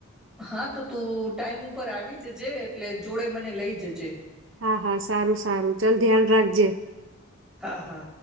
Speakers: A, in the centre; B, on the right (about 70°).
A: હા તો તું ટાઈમ ઉપર આવી જજે એટલે જોડે મને લઈ જજે.
B: હા હા સારું સારું ચાલ ધ્યાન રાખજે.
A: હા હા.